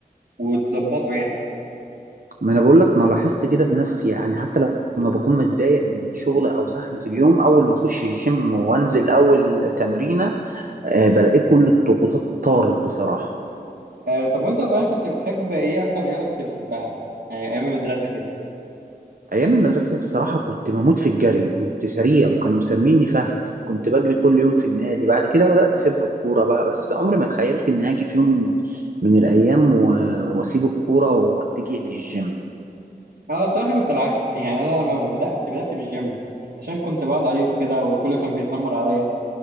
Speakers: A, on the right (about 75°); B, on the right (about 60°).
A: وتظبطه يعني
B: ما انا بقول لك انا لاحظت كده بنفسي يعني حتى لما بكون متضايق من شغل او زحمه اليوم اول ما اخش الجيم وانزل اول تمرينه آه، بلاقي كل الضغوطات طارت بصراحه
A: آه طب وانت صغير كنت بتحب ايه اكتر رياضه كنت بتحبها آه ايام المدرسه كده
B: ايام المدرسه بصراحه كنت بموت في الجري كنت سريع وكانوا مسميني فهد كنت بجري كل يوم في النادي بعد كده بدات احب الكوره بقى بس عمري ما تخيلت اني هاجي في يوم من الايام و- واسيب الكوره واتجه للجيم
A: انا الصراحه كنت العكس يعني انا لما بدات بدات بالجيم عشان كنت بقى ضعيف كده وكله كان بيتنمر عليا